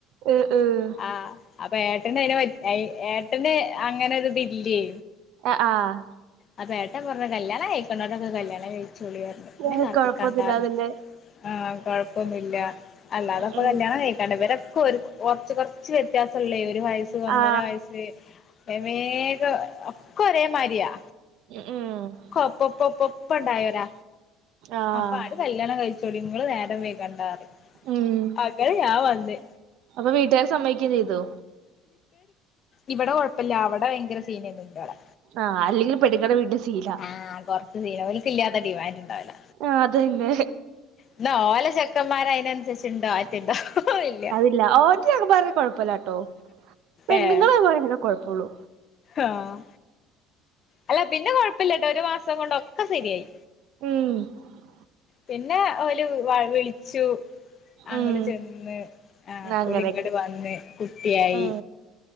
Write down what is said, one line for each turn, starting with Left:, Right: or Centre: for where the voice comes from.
Right: ഉം ഉം
Left: ആഹ് അപ്പൊ ഏട്ടന് അതി ഏട്ടന് അങ്ങനെ ഒരുതില്ലയേ
Right: ആഹ്
Left: അപ്പ ഏട്ട പറഞ്ഞ കല്യാണം കഴിക്കൊണ്ടോടൊക്കെ കല്യാണം കഴിച്ചുോളിയായിരുന്നു പിന്നെ
Right: ഏഹ്
Left: കാത്ത
Right: കൊഴപ്പൊന്നുല്ലാതന്നെ
Left: കണ്ടാറഞ്ഞു ആഹ് കൊഴപ്പൊന്നുല്ല അല്ലാതെപ്പോൊ
Right: ആഹ് ഉം
Left: കല്യാണം കേക്കാണ്ടവരൊക്കെക്കും കൊറച്ച് കൊറച്ച് വ്യത്യാസംല്ലേ ഒരു വയസ്സ് ഒന്നര
Right: ആ
Left: വയസ്സ് വേഗം ഒക്കെ ഒരേ മാരിയാ
Right: ഉം
Left: കൊപ്പൊപ്പപ്പപ്പ ഇണ്ടായോരാ
Right: ആഹ്
Left: അപ്പൊ ആട് കല്യാണം കഴിച്ചു ങ്ങൾ നേരം വേകണ്ടാറി
Right: ഉം
Left: അങ്ങനെ ഞാൻ വന്ന്
Right: അപ്പൊ വീട്ടുകാർ സമ്മയ്കയും ചെയ്തൊ
Left: ഇവിടെ കൊഴപ്പല്ല അവടെ ഭയങ്കര സീനൊന്ന ഇന്റോടെ
Right: ആഹ് അല്ലെങ്കിൽ പെണ്ണുങ്ങടെ വീട്ടിൽ ശീല
Left: ആഹ് കൊറച്ച് സീന ഓൽക്ക ഇല്ലാത്ത ഡിമാന്റ്ണ്ടാവല
Right: ആഹ് അതന്നെ
Left: എന്ന ഓല ശക്കന്മാര അതിനനുസരിച്ചുണ്ടോ ആറ്റുണ്ടോ ല്ല
Right: ഇല്ല ഓറ്റ കുഴപ്പമില്ലാട്ടോ പെണ്ണുങ്ങള
Left: ഏഹ്
Right: അതുപെ കുഴപ്പള്ളൂ
Left: ആഹ് അല്ല പിന്നെ കൊഴപ്പല്ലട്ടോ ഒരു മാസം കൊണ്ടൊക്കെ ശരിയായി
Right: ഉം
Left: പിന്നെ ഓല വ വിളിച്ചു അങ്ങോട്
Right: ഉം
Left: ചെന്ന് ആ
Right: അങ്ങനെയൊക്കെ
Left: ഒലങ്ങട് വന്ന് കുട്ടിയായി
Right: ഉം